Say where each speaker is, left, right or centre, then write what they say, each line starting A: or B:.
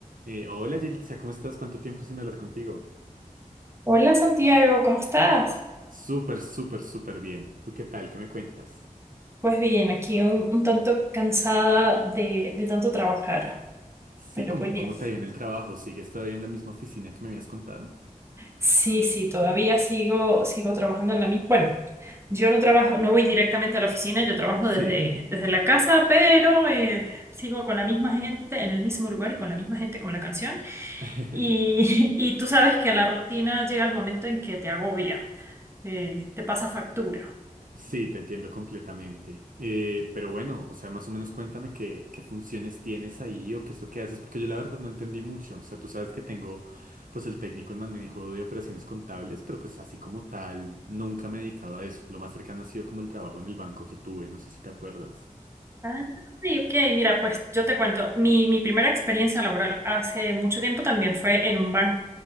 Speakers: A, on the right; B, on the right.
A: Eh, hola Yelitza, ¿cómo estás? ¿Cuánto tiempo sin hablar contigo?
B: Hola Santiago, ¿cómo estás?
A: Súper, súper, súper bien. ¿Tú qué tal? ¿Qué me cuentas?
B: Pues bien, aquí un, un tanto cansada de, de tanto trabajar,
A: Sí,
B: pero
A: ¿cómo,
B: pues bien.
A: cómo te ha ido en el trabajo? ¿Sigues todavía en la misma oficina que me habías contado?
B: Sí, sí, todavía sigo, sigo trabajando en la misma. Bueno, yo no trabajo, no voy directamente a la oficina, yo trabajo
A: Sí.
B: desde, desde la casa, pero eh, sigo con la misma gente en el mismo lugar y con la misma gente con la canción.
A: <laughs>
B: Y, <laughs> y tú sabes que la rutina llega al momento en que te agobia, eh, te pasa factura.
A: Sí, te entiendo completamente. Eh, pero bueno, o sea, más o menos cuéntame qué, qué funciones tienes ahí o qué es lo que haces, porque yo la verdad no entendí mucho. O sea, tú sabes que tengo pues el técnico en manejo de operaciones contables, pero pues así como tal, nunca me he dedicado a eso. Lo más cercano ha sido como el trabajo en el banco que tuve, no sé si te acuerdas.
B: Ah, ok, mira, pues yo te cuento, mi, mi primera experiencia laboral hace mucho tiempo también fue en un banco.